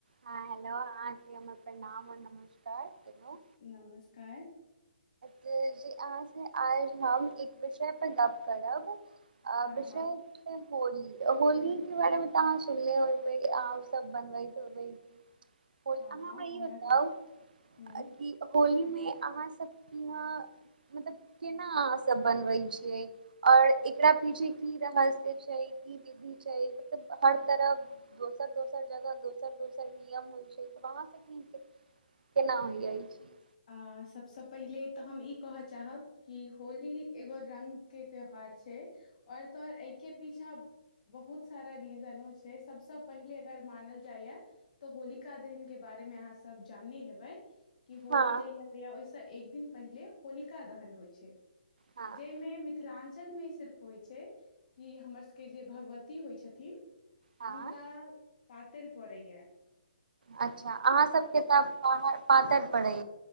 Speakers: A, on the right; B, on the left.
A: हँ, हेलो अहाँक हमर प्रणाम और नमस्कार। केलहुँ
B: नमस्कार।
A: अहाँसँ आइ हम एक विषय पर गप्प करब।
B: हँ
A: विषय
B: हँ
A: छै। होली, होलीे बारे में तऽ अहाँ सुनले होैबै अह ओ सब बनबैत होबै। अहाँ
B: हँ हँ
A: हमरा ई बताओ
B: सब हुँ
A: कि होली। में अहाँ सब। क ह मतलब केना अहाँ सब बनबै छियै और एकरा पीछे की रहस्य छै, की विधि छै, मतलब हर तरह दोसर- दोसर जगह दोसर-दोसर नियम होइ छै त अहाँ सब केना होइयै ई चीज।
B: आ सभसँ पहिले तऽ हम ई कहय चाहब कि होली एगो रङ्गके त्यौहार छै। और तोर एहिके पीछा। बहुत सारा रीजनो छै, सबसँ पहिले अगर मानल जाइये तऽ होलिका दहनक के बारे में अहाँ सब जानने हेबै। कि होली।
A: हँ
B: जहिया-जहिया ओहिसँ। एक दिन पहिले होलिका दहन होइ छै।
A: हँ
B: जाइ में मिथिलाञ्चल। लमे सिर्फ हो छै। कि हमर सबके जे भगवत। की होइ छथिन।
A: हँ
B: हुनका। पातैइर परै या।
A: अच्छा अहाँ सबके तऽ बाहर। पातरि पड़ै।